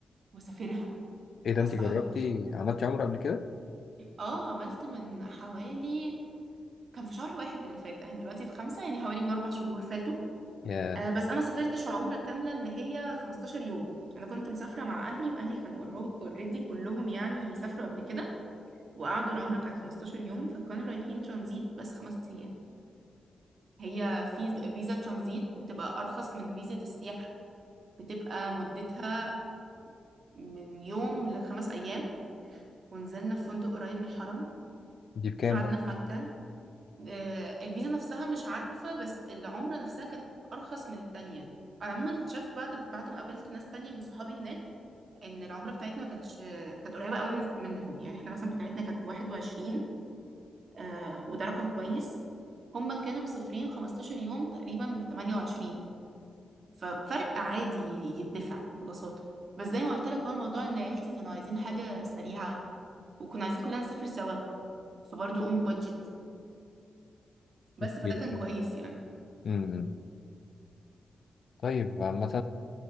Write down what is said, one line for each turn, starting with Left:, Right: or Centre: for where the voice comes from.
Right: واسافرها
Left: ايه ده
Right: تستحق
Left: انت جربتي عملتي عمرة قبل كده
Right: اه عملت من حوالي كان في شهر واحد اللي فات احنا دلوقتي في خمسة يعني حوالي من اربع شهور فاتوا
Left: يا
Right: آه بس انا سافرتش عمره كامله اللي هي 15 يوم انا كنت مسافره مع اهلي واهلي كانوا اوريدي كلهم يعني سافروا قبل كده وقعدوا العمره بتاعت 15 يوم فكانوا رايحين ترانزيت بس خمس ايام هي فيزا فيزا ترانزيت بتبقى ارخص من فيزا السياحه بتبقى مدتها من يوم لخمس ايام ونزلنا في فندق قريب من الحرم
Left: دي بكام
Right: قعدنا
Left: بقى
Right: في مكه آه الفيزا نفسها مش عارفه بس العمره نفسها كانت ارخص من التانية انا عموما اكتشفت بعد بعد ما قابلت ناس تانية من صحابي هناك ان العمره بتاعتنا ما كانتش كانت قريبه قوي من... منهم يعني احنا مثلا بتاعتنا كانت 21 آه وده رقم كويس هم كانوا مسافرين 15 يوم تقريبا ب 28 ففرق عادي ي- يتدفع ببساطه بس زي ما قلت لك هو الموضوع ان عيلتي كانوا عايزين حاجه سريعه وكنا عايزين كلنا نسافر سوا فبرضه اون بادجت بس
Left: <laughs>
Right: فده كان كويس يعني
Left: امم طيب عامة